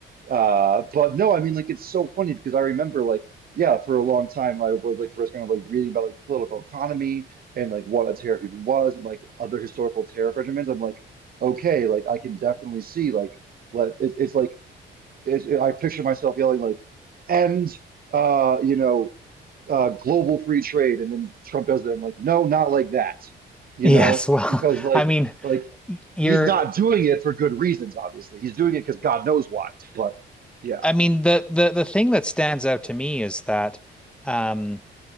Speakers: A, on the right; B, in the centre.
A: uh, but no, I mean, like, it's so funny because I remember, like, yeah, for a long time, I was like first kind of like reading about like political economy and like what a tariff even was and like other historical tariff regimens. I'm like, okay, like I can definitely see like let it, it's like it's, I picture myself yelling like end, uh, you know, uh, global free trade, and then Trump does it. I'm like, no, not like that, you
B: Yes,
A: know,
B: well,
A: because
B: <laughs>
A: like
B: I mean,
A: like
B: y- you're
A: he's not doing it for good reasons, obviously. He's doing it because God knows why, but. Yeah.
B: I mean the the the thing that stands out to me is that um,